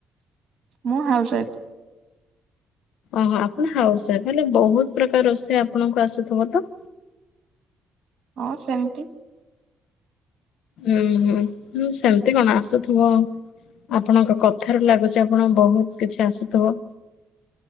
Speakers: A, on the right; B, on the left.
A: ମୁଁ ହାଉସ୍‌ ୱାଇପ୍।
B: ଓହୋ! ଆପଣ ହାଉସ୍‌ ୱାଇପ୍, ହେଲେ ବହୁତ୍ ପ୍ରକାର୍ ରୋଷେଇ ଆପଣଙ୍କୁ ଆସୁଥୁବ ତ?
A: ହଁ! ସେମ୍ତି
B: ଉଁ ହୁଁ, ସେମ୍ତି କ'ଣ ଆସୁଥୁବ? ଆପଣଙ୍କ କଥାରୁ ଲାଗୁଚି, ଆପଣ ବହୁତ୍ କିଛି ଆସୁ--ବ।